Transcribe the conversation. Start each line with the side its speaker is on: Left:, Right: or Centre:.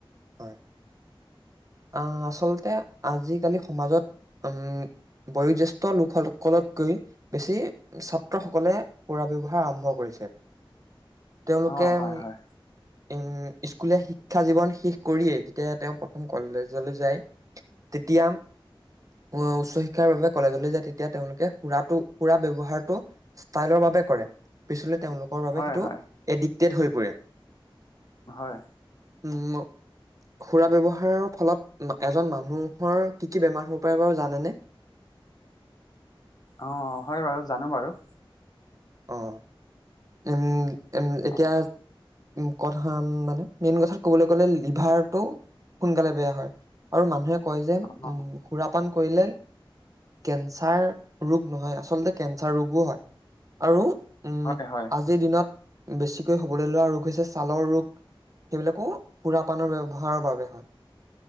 Right: হয়, আ আচলতে আজিকালি সমাজত উম বয়োজ্যেষ্ঠ লোকসকলতকৈ বেছি, ছাত্ৰসকলে সুৰা ব্যৱহাৰ আৰম্ভ কৰিছে। তেওঁলোকে
Left: অ হয়
Right: উম,
Left: হয়
Right: উম, স্কুলীয়ী শিক্ষা জীৱন শেষ কৰিয়ে, তেতিয়া তেওঁ প্ৰথম কলেজলৈ যায়, তেতিয়া উচ্চ শিক্ষাৰ বাবে কলেজলৈ যায়, তেতিয়া তেওঁলোকে সুৰাটো, সুৰা ব্যৱহাৰটো ষ্টাইলৰ বাবে কৰে, পিছলৈ তেওঁলোকৰ বাবে
Left: হয়
Right: সেইটো
Left: হয়
Right: এডিক্টেড হৈ পৰে।
Left: হয়।
Right: উম। সুৰা ব্যৱহাৰৰ ফলত, এজন মানুহৰ কি, কি বেমাৰ হ'ব পাৰে বাৰু জানেনে?
Left: অ', হয়, বাৰু জানো, বাৰু।
Right: অ', উম, উম, এতিয়া
Left: আপ-
Right: উম, কথা মানে, মেইন কথাত ক'বলৈ গ'লে লিভাৰটো সোনকালে বেয়া হয়। আৰু মানুহে কয় যে,
Left: অ,
Right: উম সুৰাপান কৰিলে কেঞ্চাৰ ৰোগ নহয়, আচলতে কেঞ্চাৰ ৰোগো হয়। আৰু, উম,
Left: হয় হয়
Right: আজিৰ দিনত বেছিকৈ হ'বলৈ লোৱা ৰোগ হৈছে ছালৰ ৰোগ। সেইবিলাকো সুৰা পানৰ ব্যৱহাৰৰ বাবে হয়।